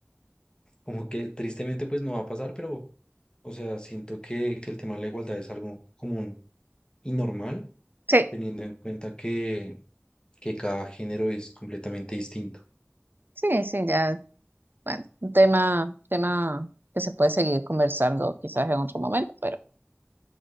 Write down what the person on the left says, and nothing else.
como que tristemente pues no va a pasar, pero o sea, siento que, que el tema de la igualdad es algo común y normal,
teniendo en cuenta que, que cada género es completamente distinto.